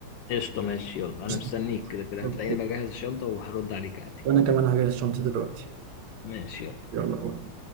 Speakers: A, on the left; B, on the right.
A: قشطه ماشي يلا انا
B: قشطة.
A: مستنيك كده كده
B: اوكي
A: هتلاقيني بجهز الشنطه وهرد عليك عادي
B: وانا كمان هجهز شنطتي دلوقتي
A: ماشي يلا
B: يلا باي